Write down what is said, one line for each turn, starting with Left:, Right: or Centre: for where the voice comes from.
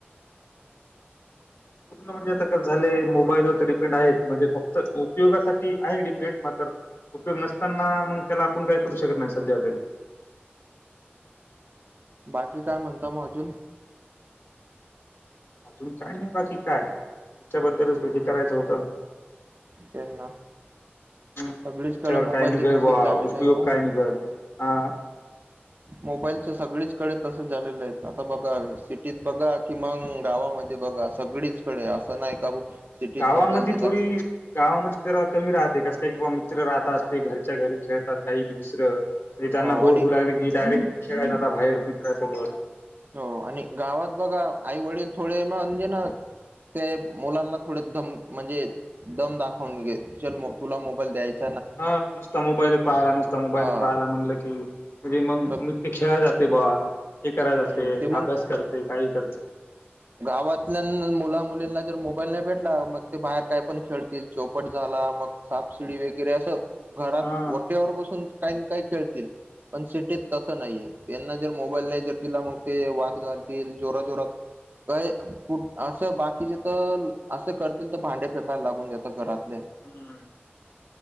Left: पूर्ण म्हणजे आता कसं झाले मोबाईलवर तर डिपेंड आहेत म्हणजे फक्त उपयोगासाठी आहे डिपेंड मात्र उपयोग नसताना मग त्याला आपण काय करू शकत नाही सध्या तरी.
Right: बाकी काय म्हणता मग अजून?
Left: अजून काय नाही बाकी काय याच्याबद्दलच करायचं होतं.
Right: तेच ना.
Left: हम् त्याच्यावर
Right: सगळीचकडे मोबाईलचे
Left: काय निघाल
Right: तसच
Left: बा
Right: झालेले
Left: उपयोग
Right: आहे हो
Left: काय निघल हा.
Right: मोबाईलच्या सगळीचकडे तसं झालेलं आहे आता बघा सिटीत बघा कि मग गावामध्ये बघा सगळीचकडे असं नाही का सिटीत
Left: गावामध्ये
Right: मोबाईलचे जास्त
Left: थोडी गावामध्ये जरा कमी राहते कसंय की बा मित्र राहत असते घरच्या घरी खेळतात काही दुसरं म्हणजे त्यांना
Right: हो आणि
Left: बोर होऊ लागले की डायरेक्ट खेळला जात बाहेर मित्रासोबत.
Right: हो आणि गावात बघा आई वडील थोडे मग म्हणजे ना ते मुलांना थोडे दम म्हणजे दम दाखवून घे चल तुला मोबाईल द्यायची
Left: हा नुसता मोबाईलत पाहायला नुसता मोबाईलत
Right: हा
Left: पाहायला म्हणलं की म्हणजे मग
Right: तर
Left: न ते खेळाय जातयं बा हे करायला
Right: हम्म
Left: जाते
Right: ते मग
Left: अभ्यास करते काही करते.
Right: गावातल्या मुला मुलींना जर मोबाईल नाही भेटला मग ते बाहेर काय पण खेळतील चौपट झाला मग सापसीडी वगैरे असं घरात
Left: हा
Right: ओट्यावर बसून काही ना काही खेळतील. पण सिटीत तसं नाही आहे, त्यांना जर मोबाईल नाही जर दिला मग ते वाद घालतील जोरा जोरात काय कु असं बाकीचे तर असं करतील तर भांडे फेकायला लागून देतात घरातले.
Left: हम्म.